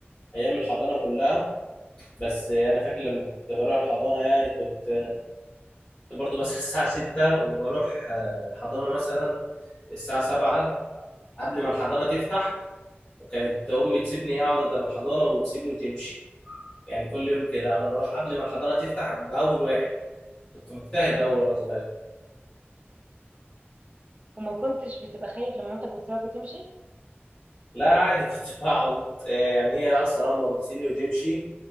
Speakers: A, on the left; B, on the right.
A: أيام الحضانة كلها بس انا فاكر لما كنت بروح الحضانه يعني كنت برضو بس <laughs> الساعه 6 وبروح آه، الحضانه مثلا الساعه 7 قبل ما الحضانه تفتح وكانت امي تسيبني اقعد قدام الحضانه وتسيبني وتمشي يعني كل يوم كده انا بروح قبل ما الحضانه تفتح ببقى اول واحد كنت مجتهد اول وانا صغير
B: وما كنتش بتبقى خايف لما مامتك بتسيبك وتمشي
A: لا عادي كنت <laughs> بقعد آه، يعني هي اصلا اول ما بتسيبني وتمشي